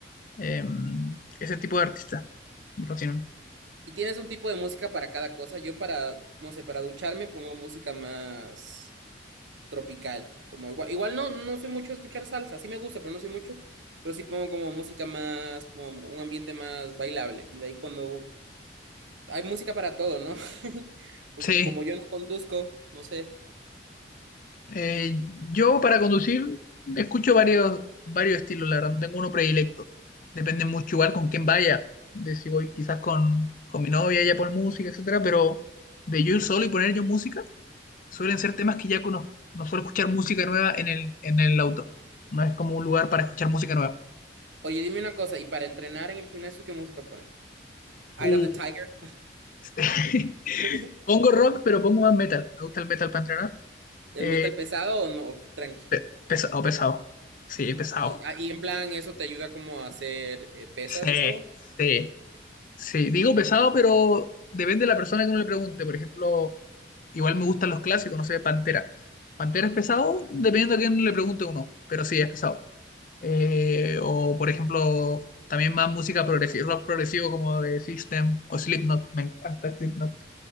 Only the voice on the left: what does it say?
Em, ese tipo de artistas me fascinan.
Sí,
eh, yo para conducir escucho varios, varios estilos, la verdad, no tengo uno predilecto. Depende mucho igual con quién vaya, de si voy quizás con, con mi novia, ella pone música, etcétera, pero de yo ir solo y poner yo música, suelen ser temas que ya conozco. No suelo escuchar música nueva en el, en el auto. No es como un lugar para escuchar música nueva.
Uh,
<laughs>
Pongo rock, pero pongo más metal. Me gusta el metal para entrenar.
Eh,
pe- pesado, pesado. Sí, pesado.
Sí,
sí. Sí, digo pesado, pero depende de la persona que uno le pregunte. Por ejemplo, igual me gustan los clásicos, no sé, Pantera. Pantera es pesado, dependiendo a quién le pregunte uno, pero sí es pesado. Eh, o, por ejemplo, también más música progresiva, rock progresivo como de System o Slipknot, me encanta Slipknot.